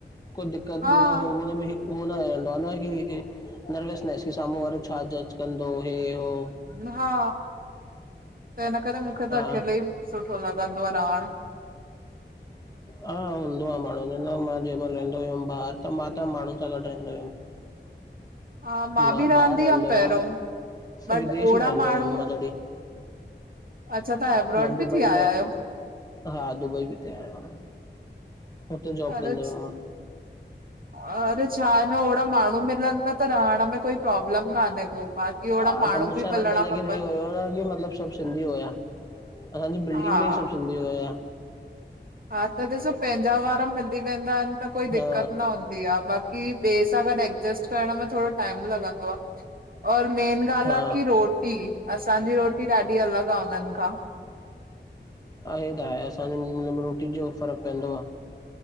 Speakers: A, on the left; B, on the right.
A: कोई दिकक़त
B: हा।
A: मतलब हो हुनमें, उहो न <unintelligible> नर्वसनैस कि साम्हूं वारो छा जज कंदो हे हो।
B: न न हा त हिन करे मूंखे
A: हा
B: त अकेलो ई सुठो लॻंदो आ रहण
A: हा हूंदो आ माण्हूअ जो न मां जें मल रेंदो हुयुम ॿाहिर त मां त माण्हून सां गॾ रहंदो हुयुम।
B: हा
A: मां
B: बि रहंदी
A: ॿाहिर रहंदो
B: हुअमि
A: हुयुम
B: पहिरियों बट
A: विदेश
B: ओड़ा
A: में रहंदो
B: माण्हू
A: हुयुम मां जॾी।
B: अच्छा तव्हां एब्रॉड
A: मां दुबई
B: बि थी आया
A: में
B: आहियो
A: हा दुबई भी थी आयम हुते जॉब
B: अरे
A: कंदो हुयम मां।
B: अरे छा आहे न ओड़ा माण्हू मिलन त रहण में कोई प्रॉब्लम कान्हे को बाक़ी
A: हा
B: ओड़ा माण्हू
A: त मुुसां
B: बि मिलणा
A: गॾ हे
B: खपनि
A: हुयो न कि मतलब सभ सिंधी हुया। असांजी बिल्डिंग
B: हा।
A: में ही सब सिंधी हुया।
B: हा त ॾिसो पंहिंजा वारा मिली वेंदा आहिन त कोई
A: हा
B: दिक्कत न हूंदी। बया ॿे सां गद एडजेस्ट करण में थोङो टाइम लॻंदो आ। और मेन ॻाल्
A: हा।
B: आ की रोटी असांजी रोटी ॾाढी अलग आहे उन्न खां।
A: ईयो त आहे असांजे रोटी जो फ़र्क़ पवंदो आ।